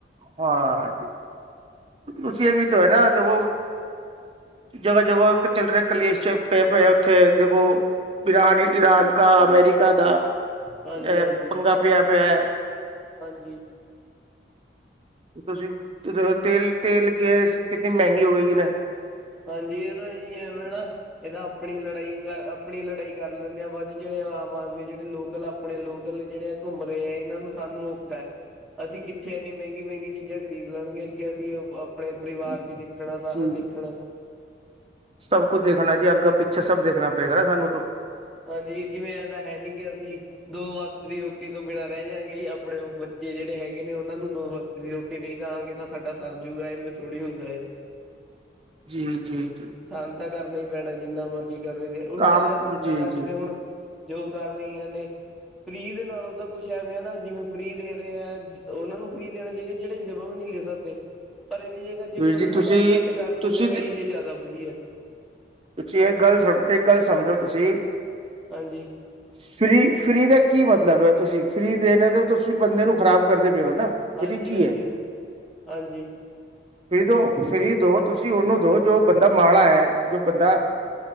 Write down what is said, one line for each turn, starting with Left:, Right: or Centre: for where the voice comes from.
Right: ਹਾਂ ਉਸੇ ਵੀ ਤਾਂ ਹੈ ਨਾ ਦੇਖੋ ਜਗ੍ਹਾ ਜਗਾ ਚੱਲ ਰਹੇ ਕਲੇਸ਼ ਚੱਕ ਪਏ ਉੱਥੇ ਦੇਖੋ ਈਰਾਨ ਈਰਾਨ ਕ ਅਮੇਰੀਕਾ ਦਾ
Centre: ਹਾਂਜੀ
Right: ਇਹ
Centre: ਹਾਂਜੀ
Right: ਪੰਗਾ ਪਿਆ ਪਿਆ
Centre: ਹਾਂਜੀ
Right: ਤੁਸੀਂ ਤੇਲ ਤੇਲ ਗੈਸ ਕਿੰਨੀ ਮਹਿੰਗੀ ਹੋ ਗਈ ਇਹ ਨਾ
Centre: ਹਾਂਜੀ ਇਦਾ ਏਈ ਕੰਮ ਆ ਨਾ ਇਹਦਾ ਆਪਣੀ ਲੜਾਈ ਕਰ ਅਪ ਆਪਣੀ ਲੜਾਈ ਕਰ ਲੈਂਣੇ ਆ ਬਾਅਦ ਜੇੜੇ ਆਮ ਆਦਮੀ ਜੇੜੇ ਲੋਕਲ ਆਪਣੇ ਲੋਕਲ ਜੇੜੇ ਕੁੰਮ ਰਏ ਐ ਏਨਾਂ ਨੂੰ ਸਾਨੂੰ ਅਸੀਂ ਕਿੱਥੇ ਇੰਨੀ ਮੈੰਗੀ-ਮੈੰਗੀ ਚੀਜ਼ਾਂ ਖਰੀਦ ਲੈਣਗੇ ਅੱਗੇ ਅਸੀਂ ਅ ਆਪਣੇ ਪਰਿਵਾਰ
Right: ਹਾਂ
Centre: ਵੀ ਦੇਖਣਾ ਸਾਰਾ
Right: ਜੀ
Centre: ਦੇਖਣਾ।
Right: ਸਭ ਕੁੱਝ ਦੇਖਣਾ ਜੀ ਅੱਗੇ-ਪਿੱਛੇ ਸਭ ਦੇਖਣਾ ਪਏਗਾ ਨਾ ਸਾਨੂੰ ਤੋ
Centre: ਹਾਂਜੀ ਜਿਵੇਂ ਐ ਤਾਂ ਹੈ ਨੀ ਕਿ ਅਸੀਂ ਦੋ ਵਕਤ ਦੀ ਰੋਟੀ ਤੋਂ ਬਿਨਾਂ ਰੈ ਜਾਂਗੇ ਆਪਣੇ ਓ ਬੱਚੇ ਜੇੜੇ ਹੈਗੇ ਨੇ ਓਨਾਂ ਨੂੰ ਦੋ ਵਕਤ ਦੀ ਰੋਟੀ ਨਈ ਦਾਂਗੇ ਤਾਂ ਸਾਡਾ ਸਰਜੂ ਐਵੇ ਥੋੜੀ ਹੁੰਦਾ ਏ।
Right: ਜੀ-ਜੀ-ਜੀ।
Centre: ਸਾਨੂੰ ਤਾਂ ਕਰਨਾ ਹੀ ਪੈਣਾ ਜਿੰਨਾ ਮਰਜ਼ੀ ਕਰੋ ਉਲਟਾ
Right: ਕਾਮ
Centre: ਐ ਸਰਕਾਰਾਂ
Right: ਜੀ ਜੀ
Centre: ਜਿਵੇਂ ਹੁਣ ਜੋ ਕਰ ਰਈਆਂ ਨੇ ਫ੍ਰੀ ਦੇ ਨਾਲੋਂ ਤਾਂ ਕੁਛ ਐਵੇਂ ਆ ਨਾ ਜਿਵੇਂ ਫ੍ਰੀ ਦੇ ਰੇ ਆ ਓਨਾਂ ਨੂੰ ਫ੍ਰੀ ਦੇਣਾ ਚਾਇਦਾ ਜੇੜੇ ਜਮਾ ਵੀ ਨੀ ਲੇ ਸਕਦੇ ਪਰ ਏਦੀ ਜਗ੍ਹਾ ਜੇ
Right: ਵੀਰ
Centre: ਥੋੜ੍ਹੀ
Right: ਜੀ
Centre: ਮਹਿੰਗਾਈ
Right: ਤੁਸੀਂ
Centre: ਕੱਟ ਕਰ ਦੇਵੇ
Right: ਤੁਸੀਂ ਤੇ
Centre: ਇਹ ਜ਼ਿਆਦਾ ਵਧੀਆ।
Right: ਤੁਸੀਂ ਏਕ ਗੱਲ ਸਮ ਏਕ ਗੱਲ ਸਮਝੋ ਤੁਸੀਂ
Centre: ਹਾਂਜੀ।
Right: ਫ੍ਰੀ-ਫ੍ਰੀ ਦਾ ਕੀ ਮਤਲਬ ਏ ਤੁਸੀਂ ਫ੍ਰੀ ਦੇਣ ਦੇ ਤੁਸੀਂ ਬੰਦੇ ਨੂੰ ਖ਼ਰਾਬ ਕਰਦੇ ਪਏ ਓ ਨਾ।
Centre: ਹਾਂਜੀ-ਹਾਂਜੀ-ਹਾਂਜੀ।
Right: ਫ੍ਰੀ ਕੀ ਹੈ ਫ੍ਰੀ ਦੋ ਫ੍ਰੀ ਦੋ ਤੁਸੀਂ ਓਨੂੰ ਦੋ ਜੋ ਬੰਦਾ ਮਾੜਾ ਐ ਜੋ ਬੰਦਾ